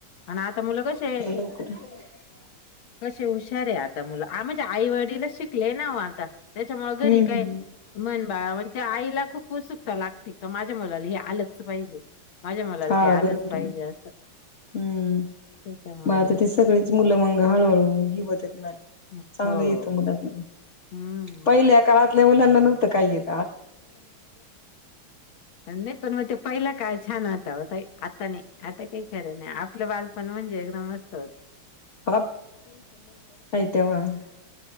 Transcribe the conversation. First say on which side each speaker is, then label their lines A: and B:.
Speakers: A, on the left (about 70°); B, on the left (about 40°).
A: आणि आता मुलं कसे आहे.
B: हो.
A: कसे हुशार आहे मुलं आता मला आई वडील शिकले ना हो आता. त्याच्यामुळे
B: हम्म
A: घरी काय
B: हम्म
A: मन बाळा म्हण त्या आईला खूप उत्सुक. लागते का माझ्या मुलाला हे आलंच पाहिजे माझ्या मुलाला
B: हा
A: ते आलंच
B: बरोबर
A: पाहिजे
B: ना
A: असं.
B: हम्म
A: त्याच्यामुळे
B: मग आता ते सगळीच मुलं मंग हळूहळू हिवत येत ना
A: मग
B: चांगलं
A: हो
B: येतं मुलांना
A: हम्म.
B: पहिल्या काळातल्या मुलांना नव्हतं काही येत.
A: नाही पण मग ते पहिला काय छान होता ओ ताई आता नाही आता काही खरं नाही आपलं बालपण म्हणजे एकदम होत
B: हो तेव्हा